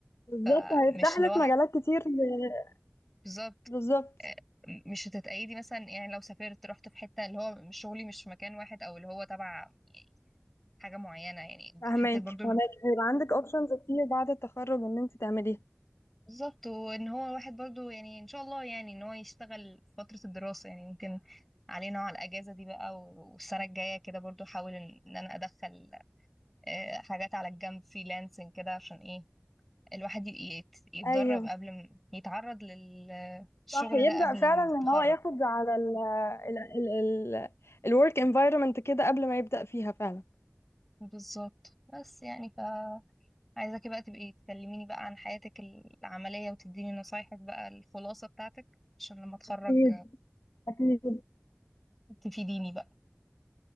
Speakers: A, on the left; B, in the centre.
A: بالظبط
B: فمش
A: هيفتح
B: لوحدك
A: لك مجالات كتير ل-
B: بالظبط
A: بالظبط
B: آه، مش هتتقيدي مثلا يعني لو سافرت رحت في حته اللي هو مش شغلي مش في مكان واحد او اللي هو تبع حاجة معينة يعني
A: فهماكي
B: حتة برضو
A: فهناك هيبقى عندك اوبشنز كتير بعد التخرج ان انت تعمليها
B: بالظبط وان هو الواحد برضو يعني ان شاء الله يعني ان هو يشتغل فترة الدراسة يعني ممكن علينا على الاجازة دي بقى و- والسنة الجاية كده برضو احاول ان إن انا ادخل آه، حاجات على الجنب فريلانسنج كده عشان ايه الواحد ي- يت- يتدرب
A: ايوه
B: قبل ما يتعرض للشغل
A: صح يبدأ
B: ده قبل
A: فعلا
B: التخرج
A: ان هو ياخد على ال ال ال ال الورك انفايرمنت كده قبل ما يبدأ فيها فعلا
B: بالظبط بس يعني فعايزاكي بقى تبقي تكلميني بقى عن حياتك العملية وتديني نصايحك بقى الخلاصة بتاعتك عشان لما اتخرج
A: اكيد اكيد
B: تفيديني بقى